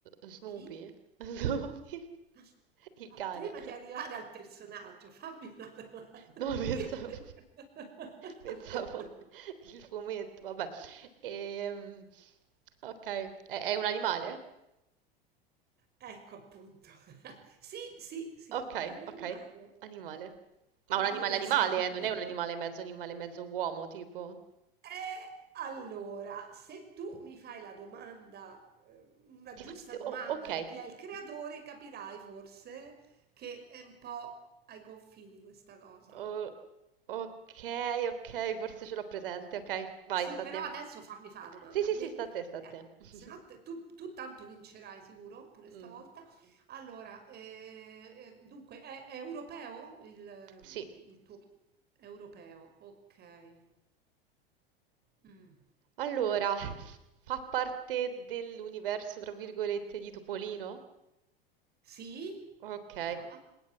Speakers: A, on the right; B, on the right.
A: Snoopy?
B: Chi?
A: <laughs> Snoopy?
B: <laughs>
A: Il
B: Ah,
A: cane?
B: Ma prima di arrivare al personaggio, fammi una domanda. <laughs>
A: No, <laughs> pensavo, pensavo il fumetto, vabbè. Ehm, ok, è, è un animale?
B: Ecco appunto. <laughs> Sì, sì, sì,
A: Ok,
B: è un animale.
A: ok, animale. Ma
B: Però
A: un animale
B: non è
A: animale,
B: <laughs> stupido.
A: eh, non è un animale mezzo animale, mezzo uomo, tipo.
B: E allora, se tu mi fai la domanda, eh, una
A: Tipo,
B: giusta domanda
A: oh, ok.
B: di chi è il creatore, capirai forse che è un po' ai confini questa cosa.
A: Oh, ok, ok, forse ce l'ho presente, ok. Vai,
B: Sì,
A: sta
B: però
A: a te.
B: adesso fammi fare la domanda
A: Sì, sì,
B: a me,
A: sì, sta
B: perché
A: a te, sta a
B: eh,
A: te. <laughs>
B: se no te- tu, tu tanto vincerai sicuro, pure
A: Mm,
B: stavolta. Allora, eh, eh, dunque, è, è europeo il, ehm,
A: Sì.
B: il tuo... Europeo, ok. Mm.
A: Allora, fa parte dell'universo, tra virgolette, di Topolino?
B: Sì?
A: Ok,
B: Brava.